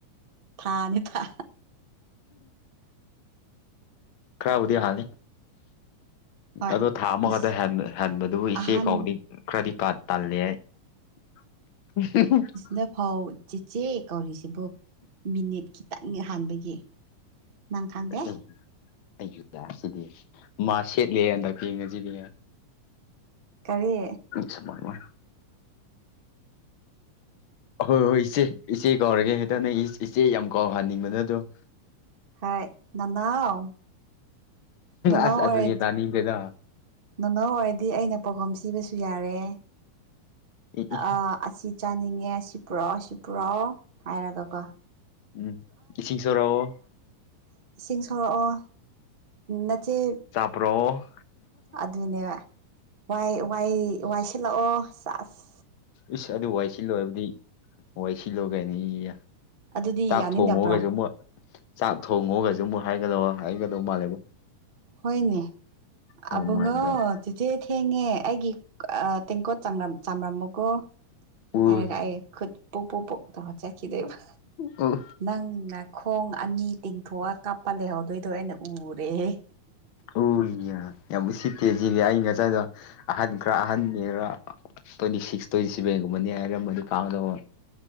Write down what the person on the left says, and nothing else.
ꯈꯔꯕꯨꯗꯤ ꯍꯥꯜꯂꯤ
ꯑꯗꯣ ꯊꯥ ꯑꯃꯈꯛꯗ
ꯍꯦꯟꯕꯗꯨꯕꯨ ꯏꯆꯦ
ꯀꯧꯕꯗꯤ ꯏꯆ‌ꯦ ꯈꯔꯗꯤ ꯇꯥꯜꯂꯤꯍ‌ꯦ <unintelligible> <unintelligible>
ꯑꯩ ꯑꯩꯖꯨ ꯁꯤꯗꯤ ꯃꯥ ꯁꯦꯠꯂꯦ ꯍꯟꯗꯛꯇꯤ ꯉꯁꯤꯗꯤ
<unintelligible> ꯑ ꯍꯣꯏ ꯍꯣꯏ ꯏꯆꯦ ꯏꯆꯦ ꯀꯥꯎꯔꯒꯦ ꯍꯦꯛꯇ ꯅꯪ ꯏꯆꯦ ꯌꯥꯝ ꯀꯥꯎꯍꯟꯅꯤꯡꯕ ꯅꯠꯇꯔ‌ꯣ
ꯑꯁ
ꯑꯗꯨꯗꯤ ꯇꯥꯅꯤꯡꯗꯦꯗ
ꯏ ꯏ
ꯎꯝ ꯏꯁꯤꯡ ꯁꯣꯔꯛꯑꯣ
ꯄꯔꯣ
ꯏꯁꯁ ꯑꯗꯨ ꯋꯥꯏ ꯁꯤꯠ ꯂꯣꯏꯔꯕꯗꯤ ꯍꯣꯏ ꯁꯤꯜꯂꯨꯒꯅꯤꯌꯦ
ꯆꯥꯛ
ꯊꯣꯡꯉꯣꯒꯥꯏꯁꯨ ꯃꫭꯏ ꯆꯥꯛ ꯊꯣꯡꯉꫭꯒꯁꯨ ꯃꫭꯏ ꯍꯥꯏꯒꯗꯧꯕ ꯍꯥꯏꯒꯗꯧ ꯃꯥꯜꯂꯦꯕꫭ
ꯑꯣ
ꯃꯥꯏ ꯒꯣꯠ
ꯎꯏ
ꯎ
ꯎꯏꯌꯦ ꯌꯥꯝ ꯎꯁꯤꯠꯇꯦ ꯁꯤꯗꯤ ꯑꯩ ꯉꯁꯥꯏꯗꫭ ꯑꯍꯟ ꯈꯔꯥ ꯑꯍꯟꯅꯦ ꯈꯔ ꯇ꯭ꯋꯦꯟꯇꯤ ꯁꯤꯛꯁ ꯇ꯭ꯋꯦꯟꯇꯤ ꯁꯚꯦꯟꯒꯨꯝꯕꯅꯤ ꯍꯥꯏꯔꯝꯃꯗꯤ ꯐꯥꯒꯗꯕ